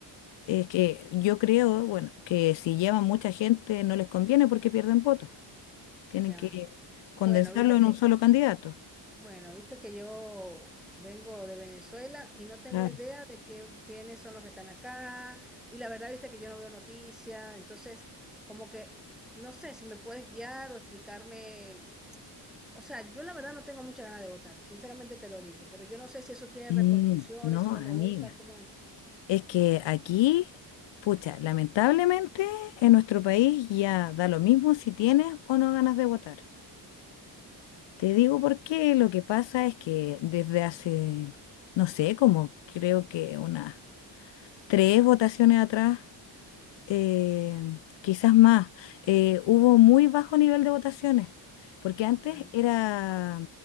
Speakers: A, on the left; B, in the centre.
A: es que yo creo, bueno, que si llevan mucha gente no les conviene porque pierden votos. Tienen
B: ya.
A: que condensarlo
B: Bueno, viste
A: en
B: que,
A: un solo candidato.
B: bueno, viste que yo vengo de Venezuela y no tengo
A: Claro.
B: idea de qué, quiénes son los que están acá. Y la verdad, viste que yo no veo noticias, entonces como que no sé si me puedes guiar o explicarme O sea, yo la verdad no tengo mucha ganas de votar, sinceramente te lo digo, pero yo no sé si eso tiene
A: Mm,
B: repercusiones,
A: no,
B: si uno
A: amiga.
B: no vota, ¿cómo es?
A: Es que aquí, pucha, lamentablemente en nuestro país ya da lo mismo si tienes o no ganas de votar. Te digo por qué. Lo que pasa es que desde hace, no sé, como creo que unas tres votaciones atrás, eh, quizás más, eh, hubo muy bajo nivel de votaciones, porque
B: Ok,
A: antes era